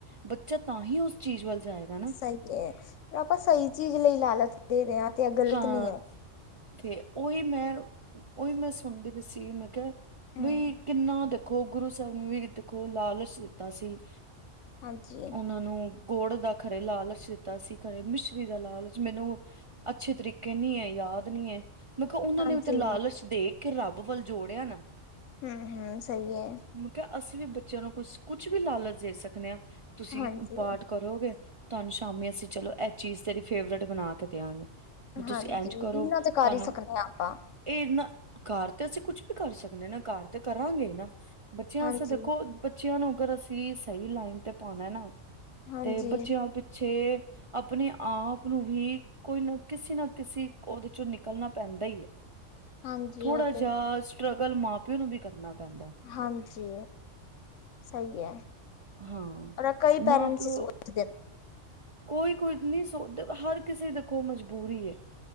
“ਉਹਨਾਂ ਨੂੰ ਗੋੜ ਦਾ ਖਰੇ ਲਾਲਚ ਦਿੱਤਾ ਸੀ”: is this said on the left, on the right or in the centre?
Right